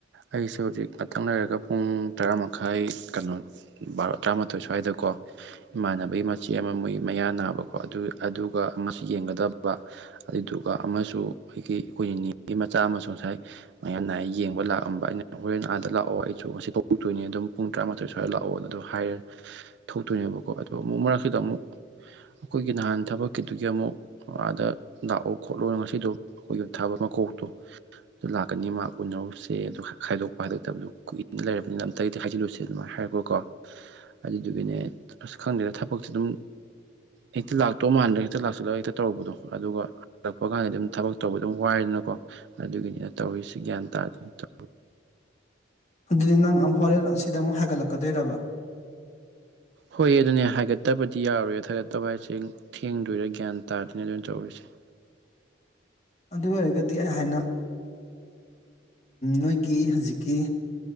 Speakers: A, on the right (about 60°); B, on the left (about 35°).
A: ꯑꯩꯁꯨ ꯍꯧꯖꯤꯛ ꯉꯥꯛꯇꯪ ꯂꯩꯔꯒ ꯄꯨꯡ ꯇꯔꯥ ꯃꯈꯥꯏ ꯀꯩꯅꯣ ꯚꯔꯣ ꯇꯔꯥꯃꯥꯊꯣꯏ ꯁ꯭ꯋꯥꯏꯗꯀꯣ ꯏꯃꯥꯟꯅꯕꯒꯤ ꯃꯆꯦ ꯑꯃ ꯃꯣꯏ ꯃꯌꯥ ꯅꯥꯕꯀꯣ ꯑꯗꯨ ꯑꯗꯨꯒ ꯑꯃꯁꯨ ꯌꯦꯡꯒꯗꯕ ꯑꯗꯨꯏꯗꯨꯒ ꯑꯃꯁꯨ ꯈ‌ꯣꯏꯒꯤ ꯑꯩꯈꯣꯏ ꯅꯤꯅ‌ꯦꯒꯤ ꯃꯆꯥ ꯑꯃꯁꯨ ꯉꯁꯥꯏ ꯃꯌꯥ ꯅꯥꯢ ꯌꯦꯡꯕ ꯂꯥꯛꯑꯝꯕ ꯑꯩꯅ ꯍꯣꯔꯦꯟ ꯑꯥꯗ ꯂꯥꯛꯑꯣ ꯑꯩꯁꯨ ꯉꯁꯤ ꯊ‌ꯣꯔꯛꯇꯣꯏꯅꯤ ꯑꯗꯨꯝ ꯄꯨꯡ ꯨꯇꯔꯥꯃꯥꯊꯣꯏ ꯁ꯭ꯋꯥꯏꯗ ꯂꯥꯛꯑꯣꯅ ꯑꯗꯣ ꯍꯥꯏꯔꯦ ꯊꯣꯛꯇꯣꯏꯅꯦꯕꯀꯣ ꯑꯗꯣ ꯑꯃꯨꯛ ꯃꯔꯛꯁꯤꯗ ꯑꯃꯨꯛ ꯑꯩꯈꯣꯏꯒꯤ ꯅꯍꯥꯟ ꯊꯕꯛꯀꯤꯗꯨꯒꯤ ꯑꯃꯨꯛ ꯑꯥꯗ ꯂꯥꯛꯑꯣ ꯈꯣꯠꯂꯣꯅ ꯉꯁꯤꯗꯣ ꯑꯩꯈꯣꯏꯒꯤ ꯊꯥꯕ ꯃꯀꯣꯛꯇꯣ ꯑꯗꯨ ꯂꯥꯛꯀꯅꯤ ꯃꯥ ꯎꯅꯧꯁꯦ ꯑꯗꯨ ꯈꯥꯏꯗꯣꯛꯄ ꯍꯥꯏꯗꯣꯛꯇꯕꯗꯣ ꯀꯨꯏꯅ ꯂꯩꯔꯕꯅꯤꯅ ꯇꯒꯤꯗꯤ ꯍꯥꯏꯖꯤꯜꯂꯨꯁꯦ ꯑꯗꯨꯃꯥꯏ ꯍꯥꯏꯔꯛꯄꯀꯣ ꯑꯗꯨꯗꯨꯒꯤꯅꯦ ꯑꯁ ꯈꯪꯗꯦꯗ ꯊꯕꯛꯁꯤ ꯑꯗꯨꯝ ꯍꯦꯛꯇ ꯂꯥꯛꯇꯧ ꯃꯥꯟꯗ꯭ꯔꯥꯒ ꯍꯦꯛꯇ ꯂꯥꯛꯁꯤꯜꯂꯒ ꯍꯦꯛꯇ ꯇꯧꯔꯨꯕꯗꯣ ꯑꯗꯨꯒ ꯂꯛꯄ ꯀꯥꯟꯗꯗꯤ ꯑꯗꯨꯝ ꯊꯕꯛ ꯇꯧꯕꯗꯨꯝ ꯋꯥꯏꯗꯅꯀꯣ ꯑꯗꯨꯒꯤꯅꯤꯗ ꯇꯧꯔꯤꯁꯤ ꯒ꯭ꯌꯥꯟ ꯇꯥꯗꯦ ꯇꯧ
B: ꯑꯗꯨꯗꯤ ꯅꯪ ꯑꯝ ꯍꯣꯔꯦꯟ ꯑꯁꯤꯗ ꯑꯃꯨꯛ ꯍꯥꯏꯒꯠꯂꯛꯀꯗꯣꯏꯔꯕ?
A: ꯍꯣꯏ ꯑꯗꯨꯅꯦ ꯍꯥꯏꯒꯠꯇꯕꯗꯤ ꯌꯥꯔꯣꯏ ꯍꯥꯏꯒꯠꯇꯕ ꯍꯥꯏꯁꯦ ꯊꯦꯡꯗꯣꯏꯔꯥ ꯒ꯭ꯌꯥꯟ ꯇꯥꯗꯅꯦ ꯑꯗꯨꯅ ꯇꯧꯔꯤꯁꯦ
B: ꯑꯗꯨ ꯑꯣꯏꯔꯒꯗꯤ ꯑꯩ ꯍꯥꯏꯅ ꯅꯣꯏꯒꯤ ꯍꯧꯖꯤꯛꯀꯤ